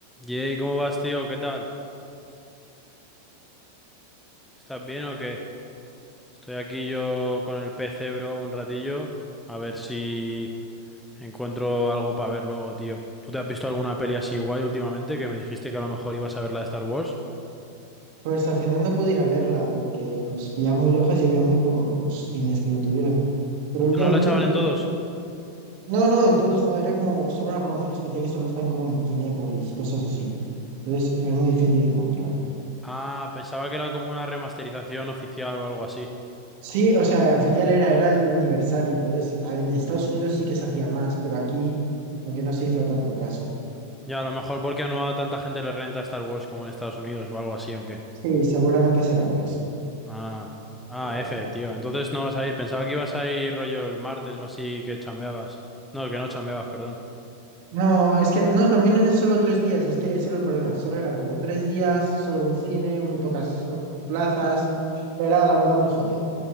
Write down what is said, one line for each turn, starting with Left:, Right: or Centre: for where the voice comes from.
Centre: Yey, ¿cómo vas, tío? ¿Qué tal? ¿Estás bien o qué? Estoy aquí yo con el PC, bro, un ratillo. A ver si encuentro algo para ver luego, tío. ¿Tú te has visto alguna peli así guay últimamente que me dijiste que a lo mejor ibas a ver la de Star Wars?
Right: Pues al final no pude ir a verla porque pues ya muy lejos y había muy pocos cines que lo tuvieran. Pero últimamente...
Centre: ¿No la echaban
Right: te-
Centre: en todos?
Right: No, no, en todos no, era como solo una promoción especial y solo están como en Kinépolis y cosas así. Entonces era muy difícil de encontrar.
Centre: Ah, pensaba que era como una remasterización oficial o algo así.
Right: Sí, o sea, oficial era, era el aniversario. Entonces a- en Estados Unidos sí que se hacía más, pero aquí como que no se hizo tanto caso.
Centre: Ya, a lo mejor porque a no a tanta gente le renta Star Wars como en Estados Unidos o algo así o qué.
Right: Sí, seguramente será por eso.
Centre: Ah, ah,
Right: Pero
Centre: F,
Right: bueno.
Centre: tío. Entonces no vas a ir. Pensaba que ibas a ir rollo el martes o así que chambeabas. No, que no chambeabas, perdón.
Right: No, es que no, también eran solo tres días, es que ese era el problema, solo eran como tres días, solo un cine, muy pocas oh, plazas, era la verdad muy jodido.